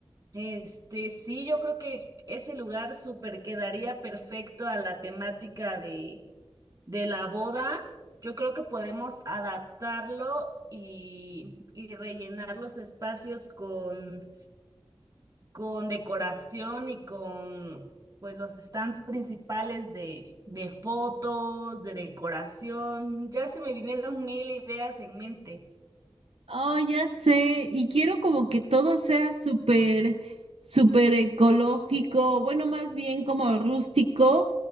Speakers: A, on the right (about 35°); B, on the right (about 80°).
A: Este, sí, yo creo que ese lugar súper quedaría perfecto a la temática de la boda, yo creo que podemos adaptarlo y, y rellenar los espacios con, con decoración y con pues los stands principales de, de fotos, de decoración. Ya se me vinieron mil ideas en mente.
B: Oh, ya sé, y quiero como que todo sea súper, súper ecológico, bueno, más bien como rústico,